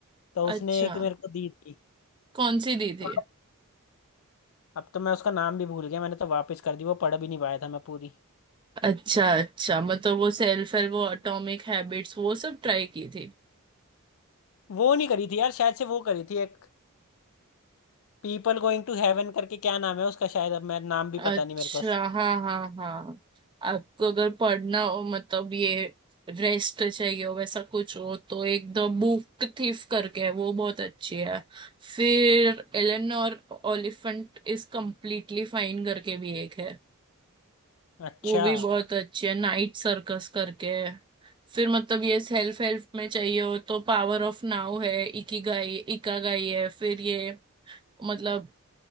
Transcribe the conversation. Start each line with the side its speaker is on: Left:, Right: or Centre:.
Left: तो उसने
Right: अच्छा
Left: एक मेरे को दी थी
Right: कौन सी दी
Left: तो
Right: थी
Left: अब अब तो मैं उसका नाम भी भूल गया मैंने तो वापस कर दी वो पढ़ भी नहीं पाया था मैं पूरी
Right: अच्छा अच्छा मतलब वो सेल्फ हेल्प वो एटॉमिक हैबिट्स वो सब ट्राई की थी
Left: वो नहीं करी थी यार शायद से वो करी थी एक पीपल गोइंग टू हेवन करके क्या नाम है उसका शायद अब मैं नाम भी
Right: अच्छा
Left: पता नहीं मेरे को
Right: हाँ हाँ हाँ आपको अगर पढ़ना हो मतलब ये रेस्ट चाहिए हो वैसा कुछ हो तो एक द बुक थीफ करके है वो बहुत अच्छी है फिर एलन और ओलिफेंट इज कम्प्लीटली फाइन करके भी एक है
Left: अच्छा
Right: वो भी बहुत अच्छी है नाइट सर्कस करके है फिर मतलब ये सेल्फ हेल्प में चाहिए हो तो पावर ऑफ नाउ है इकिगाई इकागाई है फिर ये मतलब